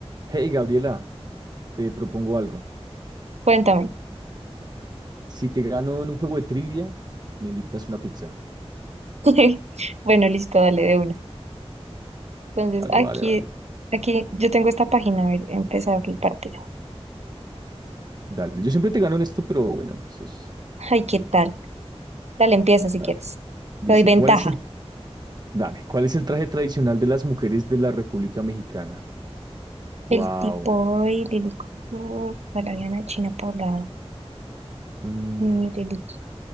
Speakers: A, on the right; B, on the right.
A: Hey Gabriela, te propongo algo.
B: Cuéntame.
A: Si te gano en un juego de trivia, me invitas una pizza.
B: <laughs> Bueno, listo, dale de una. Entonces,
A: Vale,
B: aquí,
A: vale, vale.
B: aquí yo tengo esta página, a ver, empezar el partido.
A: Dale. Yo siempre te gano en esto, pero bueno, pues eso es-
B: Ay, ¿qué tal? Dale, empieza si
A: ah,
B: quieres.
A: dice,
B: Te doy ventaja.
A: ¿cuál es el, dale, ¿cuál es el traje tradicional de las mujeres de la República Mexicana? Wow.
B: El tipo de Lilico, Palaviana, China Paula,
A: Mm,
B: mm, de liqui